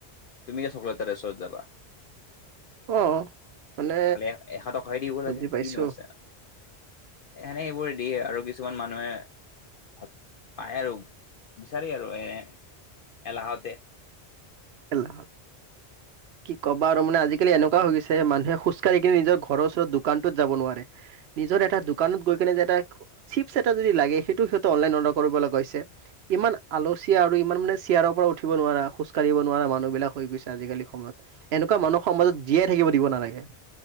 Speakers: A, on the left; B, on the right.
A: তুমি চকলেট এটা ওচৰত যাবা।
B: অ'। মানে
A: খালি এ এশ টকাহে দিব
B: বুজি
A: লাগে
B: পাইছো,
A: কিনো আছে আ। এ এনেই এইবোৰ দিয়ে আৰু কিছ কিছুমান মানুহে পায় আৰু বিচাৰি আৰু এ এলাহতে
B: এলাহত। কি ক'ব আৰু মানে আজি-কালি এনেকুৱা হৈ গৈছে মানুহে খোজকাঢ়ি কিনে নিজৰ ঘৰৰ ওচৰত দোকানটোত যাব নোৱাৰে। নিজৰ এটা দোকানত গৈ কেনে যে এটা চিপছ এটা যদি লাগে সেইটো সিহঁতে অনলাইন অৰ্ডাৰ কৰিব লগা হৈছে। ইমান আলচীয়া আৰু ইমান মানে চিয়াৰৰ পৰা উঠিব নোৱাৰা খোজ কাঢ়িব নোৱাৰা মানুহবিলাক হৈ গৈছে আজি-কালি সময়ত। এনেকুৱা মানুহক সমাজত জীয়াই থাকিব দিব নালাগে।